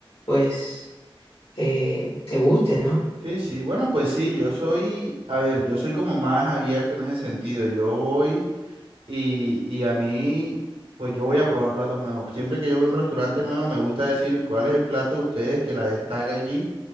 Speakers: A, on the left; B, on the right.
A: pues, eh, te guste, ¿no?
B: Sí, sí. Bueno, pues sí, yo soy, a ver, yo soy como más abierto en ese sentido. Yo voy y, y a mí, pues yo voy a probar platos nuevos. Siempre que yo voy a un restaurante nuevo, me gusta decir cuál es el plato de ustedes que la destaca aquí